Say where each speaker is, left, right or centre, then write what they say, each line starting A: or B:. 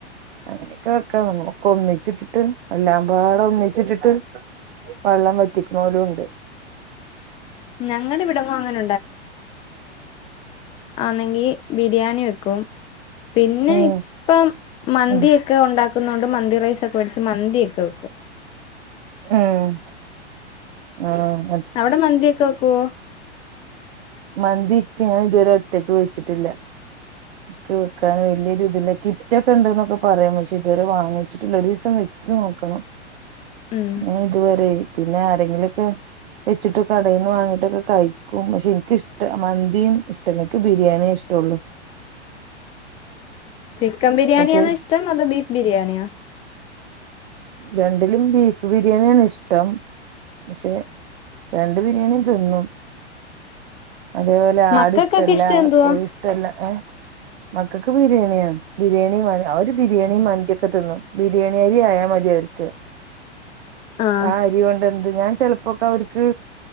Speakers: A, on the right; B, on the left.
A: അങ്ങനെയൊക്കെ ക്കെ വേണം ഒക്കെ ഒന്നിച്ചിട്ട് ട്ട് എല്ലാം പാട ഒന്നിച്ചിട്ടിട്ട് വെള്ളം വറ്റിക്കുന്നോലും ഇണ്ട്
B: ഞങ്ങടെ ഇവിടെങ്ങും അങ്ങനെ ആന്നെങ്കി ബിരിയാണി വെക്കും പിന്നെ
A: ഉം
B: ഇപ്പം മന്തിയൊക്കെ
A: ഉം
B: ഉണ്ടാക്കു ക്കുന്നുണ്ട് മന്തി റൈസ്‌ ഒക്കെ വേടിച്ച് മന്തിയൊക്കെ വെക്കും
A: ഏഹ് ആഹ്
B: അവിടെ മന്തിയൊക്കെ വെ ക്കുവോ
A: മന്തി ഇക്ക് ഞാൻ ഇതുവരെ ഒറ്റക്ക് വെച്ചിട്ടില്ല ക്ക്‌ വെക്കാന് വലിയൊരു ഇതിലൊക്കെ ക്കെ ഇണ്ട് എന്നൊക്കെ പറയാം പക്ഷെ ഇതുവരെ വാങ്ങിച്ചിട്ടില്ല ഒരു ദിവസം വെച്ച് നോക്കണം
B: ഉം
A: ഞാൻ ഇതുവരെ പിന്നെ ആരെങ്കിലൊക്കെ വെച്ചിട്ടോ കടേന്ന് വാങ്ങിട്ടൊക്കെ കയിക്കും പക്ഷെ എനിക്ക് ഇഷ്ട മന്തിയും ഇഷ്ടല്ല ഇൻക് ബിരി ബിരിയാണിയേ ഇഷ്ടുള്ളു
B: ചിക്കൻ ബിരിയാണിയാന്നോ
A: പക്ഷെ
B: ഇഷ്ടം അതോ ബീഫ് ബിരി രിയാണിയാ
A: രണ്ടിലും ബീഫ് ബിരിയാണിയാണ് ഇഷ്ടം പക്ഷെ രണ്ട് ബിരിയാണിയും തിന്നും അതേപോലെ
B: മക്കൾക്കൊക്കെ
A: ആട് ഇഷ്ടല്ല
B: ഇഷ്ടം എന്തുവാ
A: കോഴ ഇഷ്ടല്ല ഏഹ് മക്കക്ക് ബിരിയാണിയാ ബിരിയാണീ അവര് ബിരിയാണീം മന്തിയൊക്കെ തിന്നും ബിരിയാണി ന്തി ആയാ മതി അവര്ക്ക്
B: ആഹ്
A: ആ അരി കൊണ്ട് എന്ത് ഞാൻ ചെലപ്പൊക്കെ അവര്ക്ക്